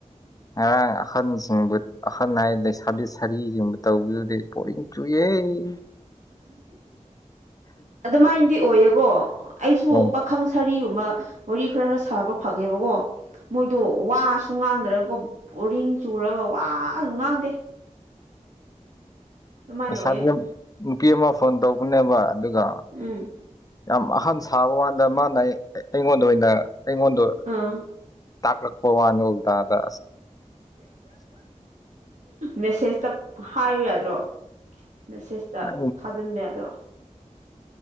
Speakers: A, on the left; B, on the right.
A: ꯉꯔꯥꯡ ꯑꯈꯟꯁꯤꯡꯕꯨ ꯑꯈꯟ ꯍꯥꯏꯗ ꯁꯥꯕꯤ ꯁꯥꯔꯤꯁꯤꯡꯕꯨ ꯇꯧꯕꯤꯗꯨꯗꯗꯤ ꯄꯣꯔꯤꯡ ꯆꯨꯌꯦꯦ ꯎꯝ
B: ꯑꯗꯨꯃꯥꯏꯅꯗꯤ ꯑꯣꯏꯌꯦꯀꯣ ꯑꯩꯁꯨ
A: ꯎꯝ
B: ꯄꯥꯈꯪ ꯁꯥꯔꯤ ꯋꯥꯔꯤ ꯈꯔ ꯈꯔ ꯁꯥ ꯐꯪꯉꯦꯕꯀꯣ ꯃꯣꯏꯗ ꯁꯨꯡ ꯉꯥꯡꯗ꯭ꯔꯒꯀꯣ ꯔꯤꯡ ꯆꯨꯔꯒ ꯋꯥ ꯑꯗꯨꯝ ꯉꯥꯡꯗꯦ ꯑꯗꯨꯃꯥꯏꯅ
A: ꯏꯁꯥꯗ
B: ꯑꯣꯏꯌꯦ
A: ꯅꯨꯄꯤ ꯑꯃ ꯐꯣꯟ ꯇꯧꯕꯅꯦꯕ ꯑꯗꯨꯒ
B: ꯎꯝ
A: ꯌꯥꯝ ꯑꯍꯟ ꯊꯥꯕ ꯀꯥꯟꯗ ꯃꯥꯅ ꯑꯩꯉꯣꯟꯗ ꯑꯣꯏꯅ ꯑꯩꯉꯣꯟꯗꯣ
B: ꯑꯥ
A: ꯇꯥꯀꯠ ꯄ ꯋꯥꯅ ꯎ ꯗꯗ
B: ꯃꯦꯁꯦꯁꯇ ꯍꯥꯏꯌꯨ ꯌꯥꯗ꯭ꯔꯣ ꯃꯦꯁꯦꯁꯇ
A: ꯗ
B: ꯊꯥꯖꯤꯟꯕ ꯌꯥꯗ꯭ꯔꯣ